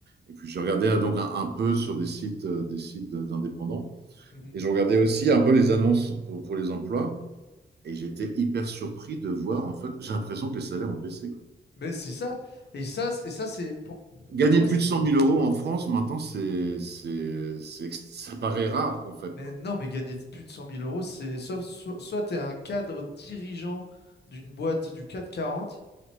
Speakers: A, on the right (about 60°); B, on the left (about 60°).
A: Et puis, je regardais euh, donc un, un peu sur des sites, euh, des sites d'indépendants.
B: Mhm.
A: Et je regardais aussi un peu les annonces pour, pour les emplois. Et j'étais hyper surpris de voir, en fait, j'ai l'impression que les salaires ont baissé, quoi.
B: Mais c'est ça. Et ça, c'est- et ça, c'est pour,
A: Gagner
B: pour moi.
A: plus de cent mille euros en France, maintenant, c'est, c'est, c'est- ça paraît rare, quoi, en fait,
B: Mais
A: quoi.
B: non, mais gagner plus de cent mille euros, c'est sauf so- soit tu es un cadre dirigeant d'une boîte du CAC 40,